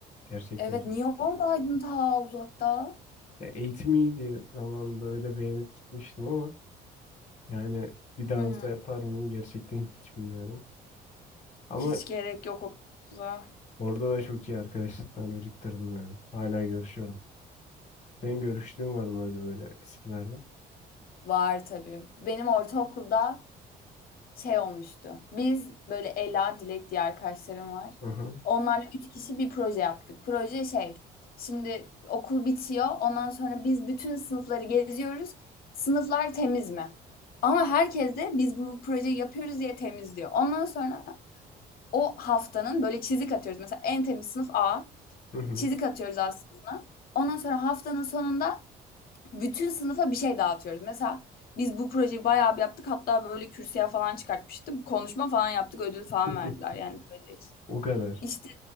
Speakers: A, on the left; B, on the left.
A: Gerçekten.
B: Evet, niye oradaydın ta uzakta?
A: Ya eğitim iyiydi zamanında öyle beğenip gitmiştim ama yani bir daha
B: Hı hı.
A: olsa yapar mıyım gerçekten hiç bilmiyorum. Ama
B: Hiç gerek yok o kadar uzağa.
A: orada da çok iyi arkadaşlıklar biriktirdim yani. Hala görüşüyorum. Senin görüştüğün var mı öyle böyle eskilerden?
B: Var tabii. Benim ortaokulda şey olmuştu. Biz böyle Ela, Dilek diye arkadaşlarım var.
A: Hı hı.
B: Onlarla üç kişi bir proje yaptık. Proje şey, şimdi okul bitiyor. Ondan sonra biz bütün sınıfları geziyoruz. Sınıflar temiz mi? Ama herkes de biz bu projeyi yapıyoruz diye temizliyor. Ondan sonra o haftanın böyle çizik atıyoruz. Mesela en temiz sınıf A.
A: Hı hı.
B: Çizik atıyoruz A sınıfına. Ondan sonra haftanın sonunda bütün sınıfa bir şey dağıtıyoruz. Mesela biz bu projeyi bayağı bir yaptık. Hatta böyle kürsüye falan çıkartmıştık. Konuşma falan yaptık. Ödül falan
A: <laughs>
B: verdiler yani proje için.
A: O kadar.
B: İşte